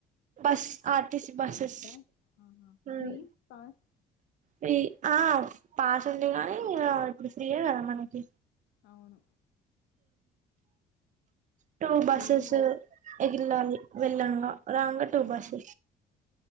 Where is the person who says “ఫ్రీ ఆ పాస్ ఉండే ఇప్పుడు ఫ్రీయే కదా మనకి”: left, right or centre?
Right